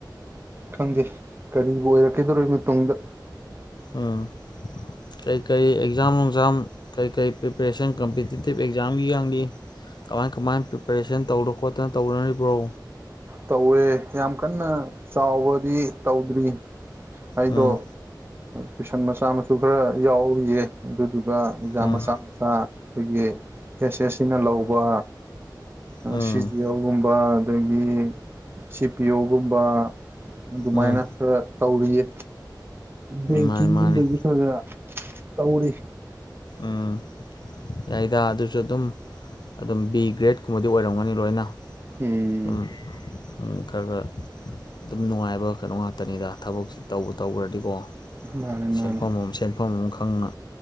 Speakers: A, on the right (about 30°); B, on the left (about 65°).
A: ꯈꯪꯗꯦ ꯀꯔꯤꯕꯨ ꯑꯣꯏꯔꯛꯀꯗꯧꯔꯤꯕꯅꯣ ꯇꯨꯡꯗ
B: ꯎꯝ ꯀꯩ -ꯀꯩ ꯑꯦꯛꯖꯥꯝ ꯅꯨꯡꯖꯥꯝ ꯀꯩ ꯀꯩ ꯄ꯭ꯔꯤꯄꯔꯦꯁꯟ ꯀꯝꯄꯤꯇꯤꯇꯤꯞ ꯑꯦꯛꯖꯥꯝꯒꯤ ꯌꯥꯡꯂꯤ ꯀꯃꯥꯏ ꯀꯃꯥꯏꯅ ꯄ꯭ꯔꯤꯄꯦꯔꯦꯁꯟ ꯇꯧꯗꯅ ꯈꯣꯠꯇꯅ ꯇꯧꯅꯔꯤꯕ꯭ꯔꯣ
A: ꯇꯧꯋꯦ ꯌꯥꯝ ꯀꯥꯟꯅ ꯆꯥꯎꯕꯗꯤ ꯇꯧꯗ꯭ꯔꯤ ꯑꯩꯗꯣ
B: ꯎꯝ
A: ꯇꯨꯏꯁꯥꯟ ꯃꯆꯥ ꯃꯁꯨ ꯈꯔ ꯌꯥꯎꯔꯤꯌꯦ ꯑꯗꯨꯗꯨꯒ ꯑꯦꯛꯖꯥꯝ
B: ꯎꯝ
A: ꯃꯆꯥ ꯆꯥ ꯑꯩꯈꯣꯏꯒꯤ ꯑꯦꯁ ꯑꯦꯁꯁꯤꯅ ꯂꯧꯕ
B: ꯎꯝ
A: ꯁꯤ ꯖꯤ ꯑꯦꯜ ꯒꯨꯝꯕ ꯑꯗꯒꯤ ꯁꯤ ꯄꯤ ꯑꯣ ꯒꯨꯝꯕ ꯑꯗꯨꯃꯥꯏꯅ
B: ꯎꯝ
A: ꯈꯔ ꯇꯧꯔꯤꯌꯦ ꯕꯦꯡꯀꯤꯡꯒꯨꯝꯕꯒꯤ
B: ꯃꯥꯅꯤ ꯃꯥꯅꯤ
A: ꯈꯔ -ꯈꯔ ꯇꯧꯔꯤ
B: ꯎꯝ ꯌꯥꯏꯗ ꯑꯗꯨꯁꯨ ꯑꯗꯨꯝ ꯑꯗꯨꯝ ꯕꯤ ꯒ꯭ꯔꯦꯗꯀꯨꯝꯕꯗꯤ ꯑꯣꯏꯔꯝꯒꯅꯤ ꯂꯣꯏꯅ
A: ꯎꯝ
B: ꯎꯝ ꯎꯝ ꯈꯔ ꯒꯔ ꯑꯗꯨꯝ ꯅꯨꯡꯉꯥꯏꯕ ꯀꯩꯅꯣ ꯉꯥꯛꯇꯅꯤꯗ ꯊꯕꯛꯁꯤ ꯇꯧꯕꯨ ꯇꯧꯒ꯭ꯔꯗꯤꯀꯣ
A: ꯃꯥꯅꯦ
B: ꯁꯦꯟꯐꯝ
A: ꯃꯥꯅꯦ
B: ꯑꯃ ꯁꯦꯟꯐꯝ ꯑꯃ ꯈꯪꯅ